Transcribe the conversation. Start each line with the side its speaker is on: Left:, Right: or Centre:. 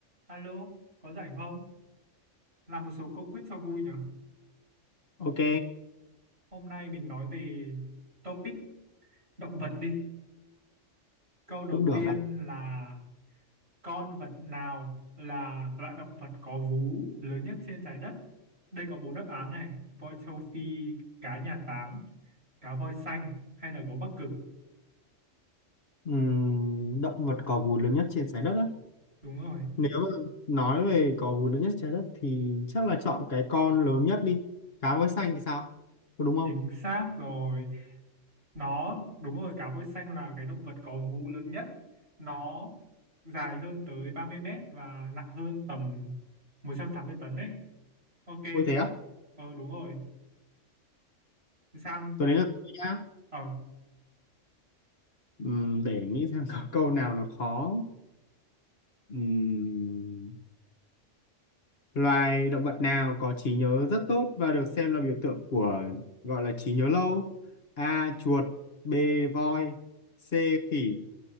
Right: Alo, có rảnh không? Làm một số câu quiz cho vui nhở?
Left: Ok,
Right: Hôm nay mình nói về topic động vật đi. Câu đầu
Left: cũng được
Right: tiên
Left: đấy.
Right: là con vật nào là loại động vật có vú lớn nhất trên trái đất? Đây có bốn đáp án này. Voi châu Phi, cá nhà táng, cá voi xanh hay là gấu Bắc Cực.
Left: Ừm, động vật có vú lớn nhất trên trái đất á.
Right: Đúng rồi,
Left: Nếu mà nói về có vú lớn nhất trên trái đất thì chắc là chọn cái con lớn nhất đi. Cá voi xanh thì sao? Có đúng không?
Right: chính xác rồi. nó đúng rồi cá voi xanh là cái động vật có vú lớn nhất nó dài hơn tới 30 mét và nặng hơn tầm 180 tấn đấy ok
Left: Ôi thế á?
Right: ờ đúng rồi Thì sang
Left: Tôi đến là tôi nhá.
Right: ờ
Left: Ừm, để nghĩ xem có câu nào nó khó. Ừm, loài động vật nào có trí nhớ rất tốt và được xem là biểu tượng của gọi là trí nhớ lâu? A. Chuột B. Voi C. Khỉ